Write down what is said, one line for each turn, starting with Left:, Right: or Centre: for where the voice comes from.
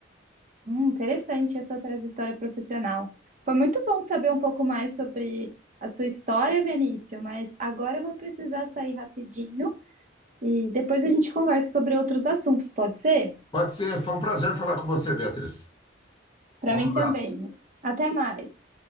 Right: Hum, interessante a sua trajetória profissional. Foi muito bom saber um pouco mais sobre a sua história, Vinícius, mas agora eu vou precisar sair rapidinho e depois a gente conversa sobre outros assuntos, pode ser?
Left: Pode ser, foi um prazer falar com você, Beatriz.
Right: Para
Left: Um
Right: mim
Left: abraço.
Right: também. Até mais.